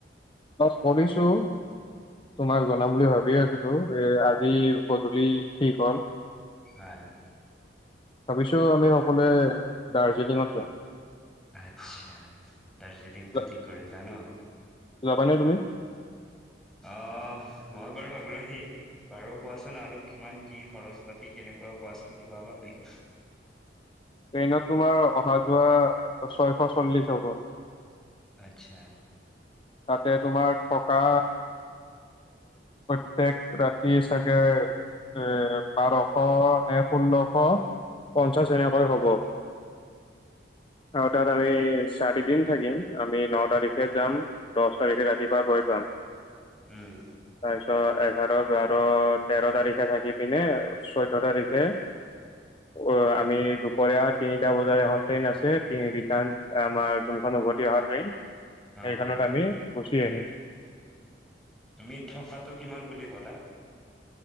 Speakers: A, on the left; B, in the centre.
A: অ' কৰিছোঁ। তোমাক জনাম বুলি ভাবিয়ে এ আছিলোঁ। আজি গধূলি ঠিক হ'ল।
B: হয়।
A: ভাবিছোঁ আমি সকলোৱে, দাৰ্জিলিঙত যাম।
B: আচ্ছা, দাৰ্জিলিংটো
A: যা-
B: ঠিক কৰিলা ন?
A: যাবানে তুমি?
B: অ' মই বাৰু আগ্ৰহী। বাৰু কোৱাচোন আৰু কিমান কি খৰজ পাতি, কেনেকুৱাও কোৱাচোন কিবা অলপ বিষ।
A: ট্ৰেইনত তোমাৰ অহা, যোৱা ছয়শ চল্লিশ হ'ব।
B: আচ্ছা।
A: তাতে তোমাৰ থকা। প্ৰত্যেক ৰাতিৰ চাগে। এ বাৰশ নে ষোল্লশ, পঞ্চাশ হৈ হয় হ'ব। আৰু তাত আমি চাৰি দিন থাকিম, আমি 'ন' তাৰিখে যাম। দহ তাৰিখে ৰাতিপুৱা গৈ পাম।
B: উম
A: তাৰপিছত <unintelligible> তেৰ তাৰিখে থাকি পিনে, চৈধ্য তাৰিখে অ' আমি দুপৰীয়া তিনিটা বজাত এখন ট্ৰেইন আছে। ৰিটাৰ্ণ আমাৰ যোনখন উভতি অহা ট্ৰেইন।
B: অ
A: সেইখনত
B: অ
A: আমি গুচি আহিম।
B: তুমি থকাটো কিমান বুলি ক'লা?